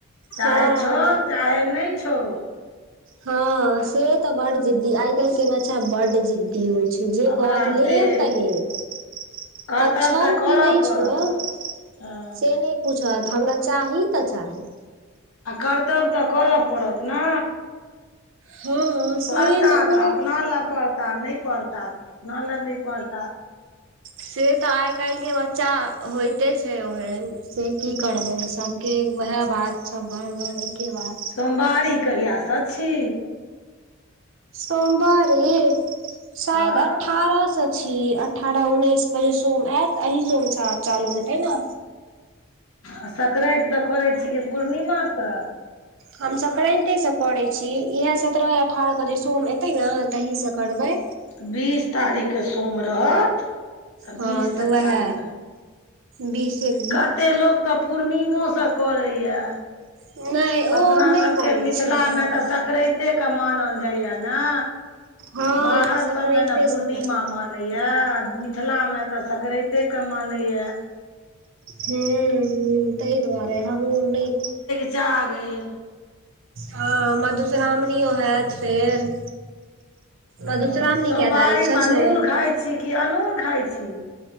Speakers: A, on the left; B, on the right.
A: चाहे
B: हँ
A: छौ चाहे नै छौ
B: हँ से तऽ बड जिद्दी, आइ काल्हि के बच्चा बड जिद्दी होइ। जय जे
A: हमरा
B: कहत लेब
A: दे
B: तऽ लेब
A: करतब
B: क छौ
A: तऽ
B: कि
A: करऽ
B: नै
A: पड़त
B: छौ
A: ने
B: से
A: हँ
B: नै प पूछत हमरा चाही तऽ चाही
A: आ करतब तऽ करअ पड़त ना
B: हँ से
A: परता
B: मे थोड़े
A: तऽ अपना लए पर तऽ नहि पढ़ता त अपना लै नै पढ़ता
B: से तऽ आइ काल्हि के बच्चा होयइते छै ओहेन से की करबै सबके एगो वएह बात सब घर घर एके बात
A: सोमबारी कहिया स छी
B: सोमबारी शायद
A: आँ
B: अठारह सए छी, अठारह उन्अइस क जे सोम ऐत अही सोम स आब चालू हेतै न
A: आ सकरैत स करै छी की पूर्णिमा स
B: हम सकरैंते स करे छी इहै सतरह - अठारह क जे सोम एते न तही स करबै।
A: त बीस तारीख क सोम रहत तऽ
B: हँ
A: बीस
B: तऽ
A: से
B: वएह
A: चालू हैत
B: बीसे क
A: कते लोक तऽ पूर्णिमोस करैया
B: नहि ओ
A: अपनासबके
B: नहि करै
A: मिथिलामे
B: छियै हम
A: तऽ सकरइतेके मानल जाइए ने
B: हँ
A: बाहर
B: संक्रान्ते
A: सबमे न पूर्णिमा
B: से करबै
A: मानल मानैया मिथिलामे तऽ सकरइतेके मानैया
B: हूं हूं ताहि दुआरे हमहूँ नैय
A: चा गेल
B: हँ मधुश्रामणियो हैत फेर मधुश्रावणी
A: हँ सोमवारीमे
B: के तारीखसँ छै?
A: नून खाइ छी की अनून खाइ छी?